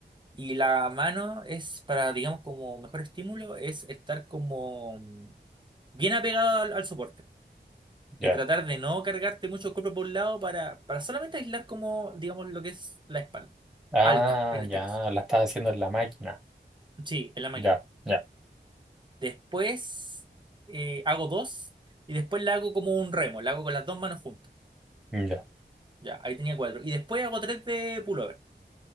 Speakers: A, on the right (about 25°); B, in the centre.
A: Y la mano es para, digamos, como mejor estímulo, es estar como bien apegado al, al soporte
B: ya.
A: y tratar de no cargarte mucho el cuerpo por un lado para, para solamente aislar como, digamos, lo que es la espalda.
B: Ah,
A: Alta, en este
B: ya,
A: caso.
B: la estás haciendo en la máquina.
A: Sí, en la máquina.
B: Ya, ya,
A: Después eh, hago dos y después la hago como un remo, la hago con las dos manos juntas.
B: ya.
A: Ya, ahí tenía cuatro. Y después hago tres de pullover.